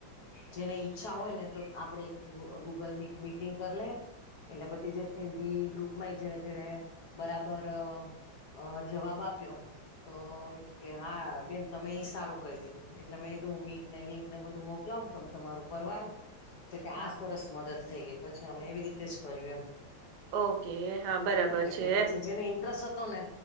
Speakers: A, on the left (about 60°); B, on the right (about 70°).
A: જેને ઈચ્છા હોય ને તો આપણેે ગૂગલ મીટ મીટિંગ કર લયે. એટલે પછી જે સિંધી ગ્રુપમાંય છેને જેને બરાબર અ જવાબ આપ્યો. તો એ કેકે હા બેન તમે એ સારું કરી દીધું એટલે મેં કીધું મી લિંક ને બધું મોકલાવ તમે તમારૂ પરવારો. તો કે
B: હા
A: આ સરસ મદદ થઈ ગઈ પછી અમે એવી રીતે જ કર્યું એમ.
B: ઓકે હા બરાબર
A: એટલે
B: છે
A: પછી જેને ઇન્ટરેસ્ટ હતો ને